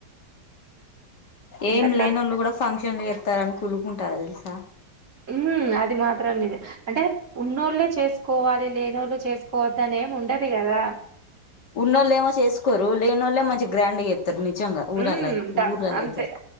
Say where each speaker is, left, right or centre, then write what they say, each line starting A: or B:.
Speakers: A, on the right; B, on the left.
A: ఇంత
B: ఏం
A: ఖర్
B: లేనోళ్ళు కూడ ఫంక్షన్ ఇంక ఎన్ని చెత్తారని కుల్లుకుంటారుా తెలుసా
A: ఉమ్ అది మాత్రం లేదు అంటే ఉన్నోళ్లె చేసుకోవాలి లేనోళ్ళు చేసుకోవద్దని ఏం ఉండది కదా
B: ఉన్నోల్లేమో చేసుకోరు లేని ఒల్లె మంచిగా గ్రాండ్ చేస్తారు నిజంగా ఊరల్ల
A: ఉమ్
B: అయితే ఊర్లల్ల
A: అంతే
B: అయితే
A: డ